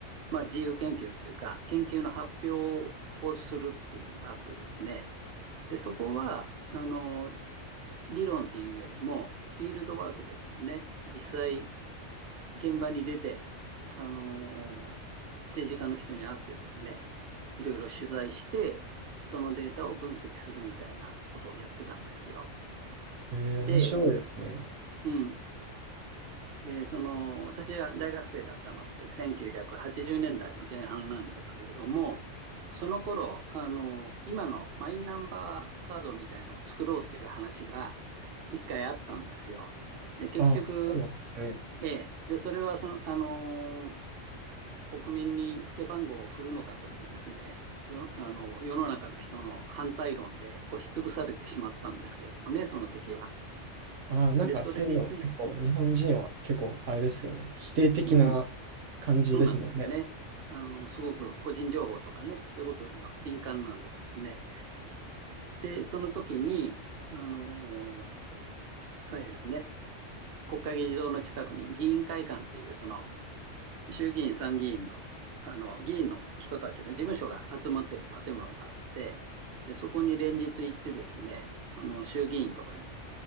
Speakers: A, on the right (about 55°); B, on the right (about 80°).
A: まあ、自由研究っていうか、研究の発表をするっていうのがあってですね。で、そこは、あの理論っていうよりも、フィールドワークでですね、実際現場に出て、あのー政治家の人に会ってですね、いろいろ取材して、そのデータを分析するみたいなことをやってたんですよ。
B: ええ、
A: で、
B: 面白いですね。
A: うん。で、その、私は大学生だったのって1980年代の前半なんですけれども、その頃、あの、今のマイナンバーカードみたいのを作ろうっていう話が一回あったんですよ。で、結局、
B: あ、そうなんですね。
A: ええ。で、それはその、あの国民に背番号を振るのかというですね、よあの世の中の人の反対論で押しつぶされてしまったんですけれどもね、その時は。
B: ああ、なんかそういうの結構日本人は結構あれですよね。
A: で、それについて、
B: 否定的な
A: うん、
B: 感じですもんね。
A: そうなんですよね。あのすごく個人情報とかね、そういうことには敏感なんでですね。で、その時に、あの、あれですね、国会議事堂の近くに議員会館っていうその衆議院、参議院の、あの、議員の人たちの事務所が集まってる建物があって、で、そこに連日行ってですね、その衆議院とかに